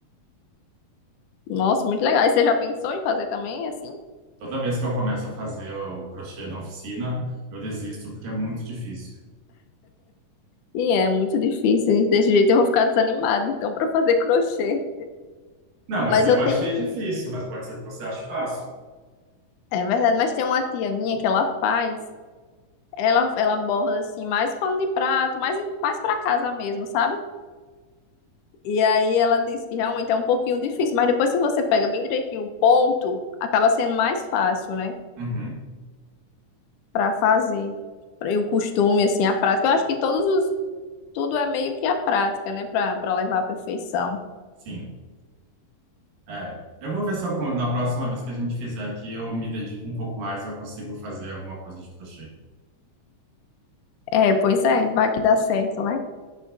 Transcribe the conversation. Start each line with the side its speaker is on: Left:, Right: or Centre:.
Left: Nossa, muito legal. E você já pensou em fazer também, assim?
Right: Toda vez que eu começo a fazer o crochê na oficina, eu desisto porque é muito difícil.
Left: E é muito difícil. Desse jeito eu vou ficar desanimada, então, para fazer crochê.
Right: Não, mas
Left: Mas
Right: eu
Left: eu
Right: achei
Left: tenho.
Right: difícil, mas pode ser que você ache fácil.
Left: É verdade, mas tem uma tia minha que ela faz. Ela, ela borda assim, mais pano de prato, mais, em- mais para casa mesmo, sabe? E aí ela disse que realmente é um pouquinho difícil, mas depois que você pega bem direitinho o ponto, acaba sendo mais fácil, né?
Right: Uhum,
Left: Para fazer. Pra- E o costume, assim, a prática. Eu acho que todos os. Tudo é meio que a prática, né? Para para levar à perfeição.
Right: sim. É. Eu vou ver se eu, con- na próxima vez que a gente fizer aqui, eu me dedico um pouco mais e eu consigo fazer alguma coisa de crochê.
Left: É, pois é, vai que dá certo, né?